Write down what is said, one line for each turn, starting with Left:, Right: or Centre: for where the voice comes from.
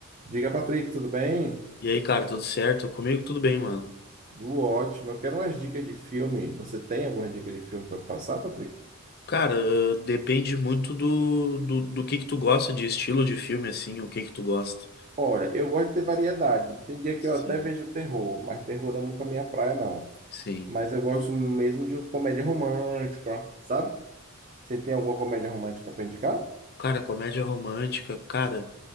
Right: Diga, Patrick, tudo bem?
Left: E aí, cara, tudo certo? Comigo tudo bem, mano.
Right: Tudo ótimo. Eu quero umas dicas de filme. Você tem algumas dicas de filme para passar, Patrick?
Left: Cara, eh, depende muito do, do, do que que tu gosta de estilo de filme, assim, o que que tu gosta.
Right: Olha, eu gosto de ter variedade. Tem dia que
Left: Sim,
Right: eu até vejo terror, mas terror não é muito a minha praia, não.
Left: sim.
Right: Mas eu gosto mesmo de comédia romântica, sabe? Você tem alguma comédia romântica para indicar?
Left: Cara, comédia romântica, cara,